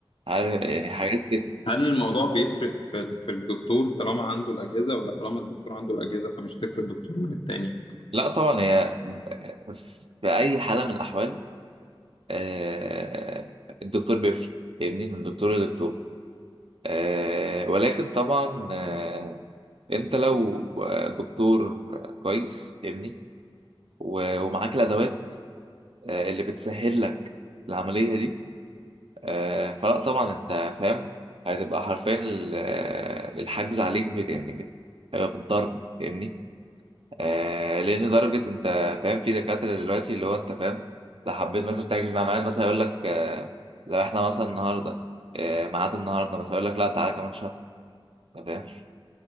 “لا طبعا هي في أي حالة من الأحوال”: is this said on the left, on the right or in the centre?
Right